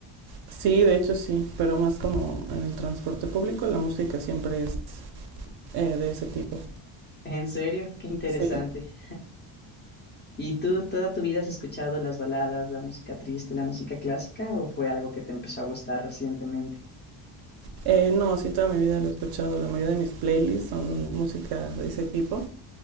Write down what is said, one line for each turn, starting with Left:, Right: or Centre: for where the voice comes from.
Right: Sí, de hecho sí, pero más como en el transporte público la música siempre es eh, de ese tipo.
Left: En serio, qué interesante.
Right: Sí.
Left: ¿Y tú toda tu vida has escuchado las baladas, la música triste, la música clásica o fue algo que te empezó a gustar recientemente?
Right: Eh, no, sí, toda mi vida lo he escuchado. La mayoría de mis playlists son música de ese tipo.